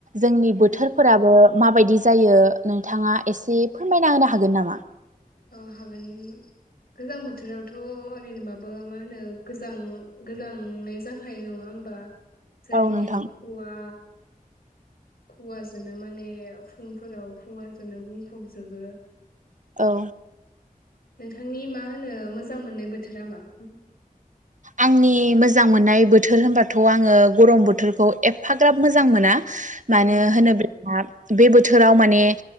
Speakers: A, on the right; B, on the left.
A: जोंनि
B: उम
A: बोथोरफोराबो माबायदि जायो नोंथाङा एसे फोरमायना होनो हागोन नामा?
B: औ हागोन गोजां बोथोरावथ' ओरैनोबा बो मा होनो गोजां-गोजांनाय जाखायो नङा होमबा? सोरगिदिंखवा
A: औ नोंथां
B: खुवाजोनो माने फुंफोराव खुवाजोंनो बुंफबजोबो।
A: औ
B: नोंथांनि मा होनो मोजां मोननाय बोथोरा मा?
A: आंनि मोजां मोननाय बोथोर होनबाथ' आङो गरम बोथोरखौ एफाग्राब मोजां मोना। मानो
B: उम
A: होनो <unintelligible> बे बोथोराव माने